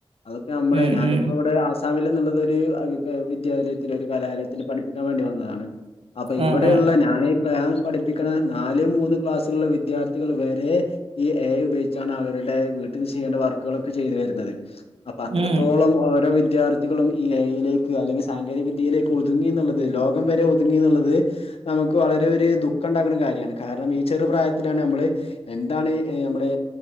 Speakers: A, on the left; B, on the right.
A: അതിപ്പോ നമ്മടെ
B: ഉം
A: ഞാനിപ്പോവിടെ
B: ഉം
A: ആസ് മിൽ എന്നുള്ളത് ഒരു വിദ്യാലയത്തിൽ ഒരു കലാലയത്തില് പഠിപ്പിക്കാൻ വേണ്ടി വന്നതാണ്. അപ്പൊ ഇവിടെയുള്ള
B: ആഹ് ആഹ്
A: ഞാന് ഞാൻ പഠിപ്പിക്ക്ണ നാല് മൂന്ന് ക്ലാസ്സുകളില്ള്ള വിദ്യാർത്ഥികൾ വേ രെ ഈ എ ഐ ഉപയോഗിച്ചാണ് അവരുടെ വീട്ടിൽ ചെയ്യേണ്ട വർക്കുകളൊക്കെ ചെയ്തു വരുന്നത്. അപ്പൊ അത്രത്തോളം
B: ഉം
A: ഓരോ വിദ്യാർ ത്ഥികളും ഈ ഏ ഐലേക്ക് അല്ലെങ്കിൽ സാങ്കേതിക വിദ്യയിലേക്ക് ഒതുങ്ങിന്ന്ള്ളത് ലോകം വരെ ഒതുങ്ങിന്ന്ള്ളത്. നമുക്ക് വളരെ ഒര് ദുഃഖം ഉണ്ടാക്ക്‌ണ കാര്യാണ് കാരണം ഈ ചെറുപ്രായത്തിലാണ് നമ്മള് എന്താണ് നമ്മുടെ